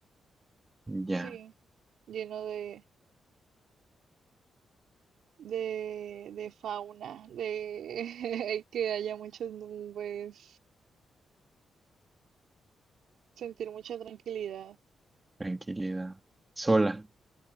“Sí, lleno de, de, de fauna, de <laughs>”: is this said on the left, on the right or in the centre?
Right